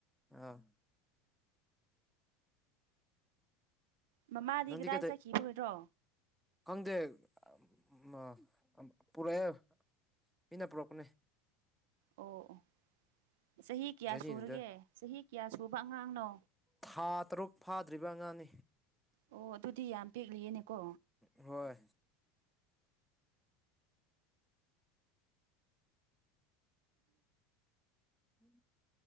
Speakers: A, in the centre; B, on the right.
A: ꯑꯥ
B: ꯃꯃꯥꯗꯤ
A: ꯅꯪꯗꯤ
B: ꯀꯗꯥꯏ
A: ꯀꯩꯗꯧ
B: ꯆꯠꯈꯤꯕꯣꯏꯔꯣ
A: ꯈꯪꯗꯦ ꯑ ꯃ ꯄꯨꯔꯛꯑꯦ ꯃꯤꯅ ꯄꯨꯔꯛꯄꯅꯦ
B: ꯑꯣ ꯑꯣ ꯆꯍꯤ ꯀꯌꯥ
A: ꯖꯔꯅꯤꯗꯨꯗ
B: ꯁꯨꯔꯒꯦ ꯆꯍꯤ ꯀꯌꯥ ꯁꯨꯕ ꯑꯉꯥꯡꯅꯣ
A: ꯊꯥ ꯇꯔꯨꯛ ꯐꯥꯗ꯭ꯔꯤꯕ ꯑꯉꯥꯡꯅꯤ
B: ꯑꯣ ꯑꯗꯨꯗꯤ ꯌꯥꯝ ꯄꯦꯛꯂꯤꯌꯦꯅꯦꯀꯣ
A: ꯍꯣꯏ ꯎꯝ